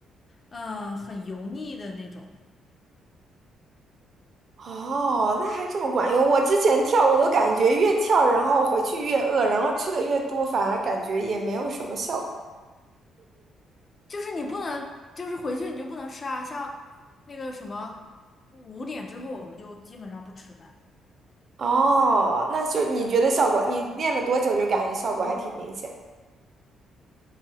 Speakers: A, on the left; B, on the right.
A: 嗯、很油腻的那种，
B: 哦，那还这么管用。我之前跳，我都感觉越跳，然后回去越饿，然后吃的越多，反而感觉也没有什么效果。
A: 就是你不能，就是回去你就不能吃啊，像那个什么五点之后我们就基本上不吃饭。
B: 哦，那就你觉得效果，你练了多久就感觉效果还挺明显的？